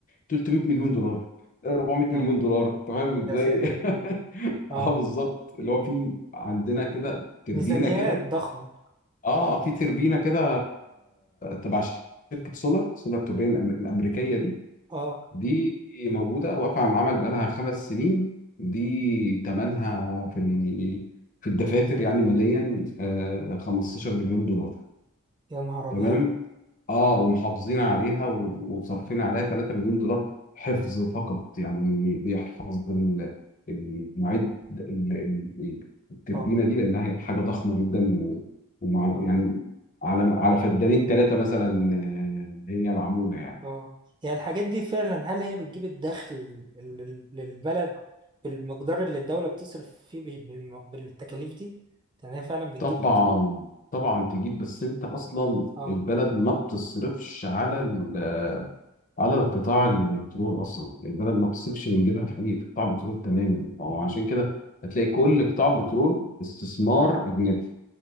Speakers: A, on the left; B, on the right.
A: 300
B: آه.
A: مليون دولار 400 مليون
B: يا
A: دولار انت فاهم ازاي
B: يا ساتر
A: <laughs>
B: اه اه
A: اه بالظبط اللي هو في عندنا كده تربينه
B: ميزانيات
A: كده
B: ضخمة
A: اه في تربينه كده تبع شركه سولار سولار توربين الأم- الامريكيه دي
B: اه
A: دي موجودة واقفة على العمل بقالها خمس سنين دي تمنها في ال- في الدفاتر يعني ماليا آه، 15 مليون دولار
B: يا نهار أبيض
A: تمام اه ومحافظين عليها و- وصارفين عليها 3 مليون دولار حفظ فقط يعني بيحفظ ال- المعد ال- ال- التربينة
B: اه
A: دي لأنها هي حاجة ضخمة جدا و- ومع
B: اه
A: يعني على على فدانين ثلاثة مثلا آه، هي معمولة يعني
B: اه يعني الحاجات دي فعلا هل هي بتجيب الدخل لل- لل- للبلد بالمقدار اللي الدولة بتصرف فيه بال- بالم- بالتكاليف دي؟ يعني هي فعلا بتجيب
A: طبعا
B: بتقول
A: طبعا تجيب بس انت اصلا
B: اه
A: البلد ما بتصرفش على ال- على القطاع البترول اصلا البلد ما بتصرفش من جيبها في اي قطاع بترول تماما فهو
B: مم.
A: عشان كده هتلاقي كل قطاع البترول استثمار اجنبي